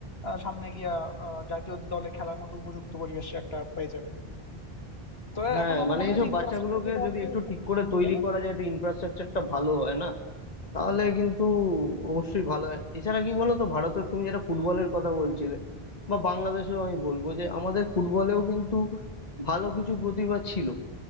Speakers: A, on the left; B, on the left.
A: আহ, সামনে গিয়া আহ, জাতীয় দলে খেলার মতো উপযুক্ত পরিবেশে একটা পেয়ে যাবে তো
B: হ্যাঁ
A: এখন আমার
B: মানে
A: মনে
B: এইসব
A: হয় যে ইনফ্রাস্ট্রাকচার
B: বাচ্চাগুলোকে
A: যেটা
B: যদি
A: আছে
B: একটু
A: সেটা
B: ঠিক করে
A: ভালো,
B: তৈরি
A: তাই না?
B: করা যায় একটু ইনফ্রাস্ট্রাকচারটা ভালো হয় না তাহলে কিন্তু অবশ্যই ভালো হয় এছাড়া কি বলতো ভারতের তুমি যেটা ফুটবলের কথা বলছিলে বা বাংলাদেশেও আমি বলবো যে আমাদের ফুটবলেও কিন্তু ভালো কিছু প্রতিভা ছিল